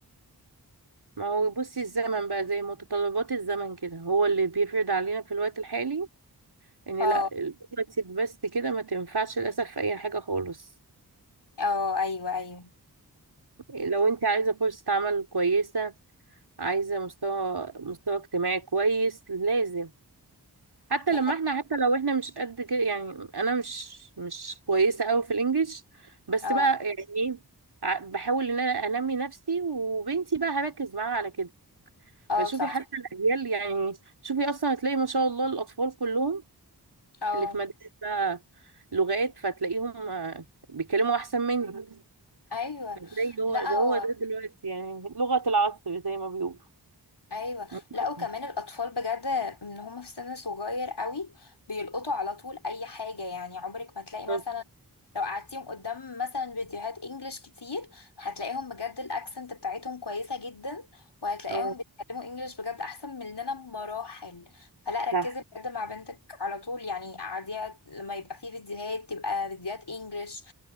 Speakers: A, on the right; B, on the left.
A: ما هو بصي الزمن بقى زي متطلبات الزمن كده هو اللي بيفرض علينا في الوقت الحالي ان
B: اه
A: لا دلوقتي بس كده ما تنفعش للأسف في اي حاجة خالص
B: اه ايوه ايوه
A: لو انت عايزة فرصة عمل كويسة عايزة مستوى مستوى اجتماعي كويس لازم حتى
B: دي
A: لما
B: حقيقة
A: احنا حتى لو احنا مش قد كده يعني انا مش مش كويسة قوي في الانجليش بس
B: اه
A: بقى يعني ايه ع- بحاول ان انا انمي نفسي وبنتي بقى هركز معاها على كده
B: اه
A: فشوفي
B: صح
A: حتى الاجيال يعني شوفي اصلا هتلاقي ما شاء الله الاطفال كلهم
B: اه
A: اللي في مدرسة لغات فتلاقيهم آه، بيتكلموا احسن مني
B: ايوه
A: فتلاقي هو
B: لا
A: ده هو
B: هو
A: ده دلوقتي يعني لغة العصر زي ما بيقولوا
B: ايوه
A: <laughs>
B: لا وكمان الاطفال بجد ان هم في سن صغير قوي بيلقطوا على طول اي حاجه يعني عمرك ما تلاقي مثلا
A: بالظبط.
B: لو قعدتيهم قدام مثلا فيديوهات انجلش كتير هتلاقيهم بجد الاكسنت بتاعتهم كويسه جدا وهتلاقيهم
A: اه
B: بيتكلموا انجلش بجد احسن مننا بمراحل فلا ركزي
A: صح
B: بجد مع بنتك على طول يعني قعديها لما يبقى في فيديوهات تبقى فيديوهات انجلش